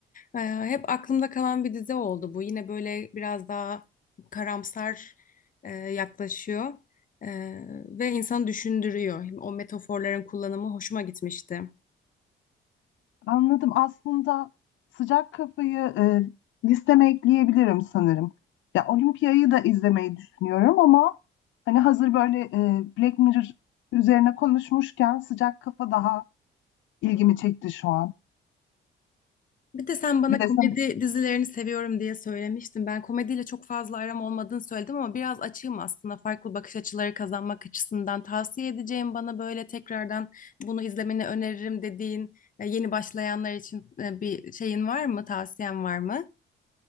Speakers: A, on the left; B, on the left.
A: E, hep aklımda kalan bir dizi oldu bu. Yine böyle biraz daha karamsar e, yaklaşıyor. Ee, ve insan düşündürüyor. O metaforların kullanımı hoşuma gitmişti.
B: Anladım. Aslında sıcak kafayı e, listeme ekleyebilirim sanırım. Ya Olimpiyayı da izlemeyi düşünüyorum ama hani hazır böyle e, Black Mirror üzerine konuşmuşken sıcak kafa daha ilgimi çekti şu an.
A: Bir de sen bana
B: Bir de
A: komedi
B: sen
A: dizilerini seviyorum diye söylemiştin. Ben komediyle çok fazla aram olmadığını söyledim ama biraz açığım aslında. Farklı bakış açıları kazanmak açısından tavsiye edeceğim bana böyle tekrardan bunu izlemeni öneririm dediğin e, yeni başlayanlar için e, bir şeyin var mı, tavsiyen var mı?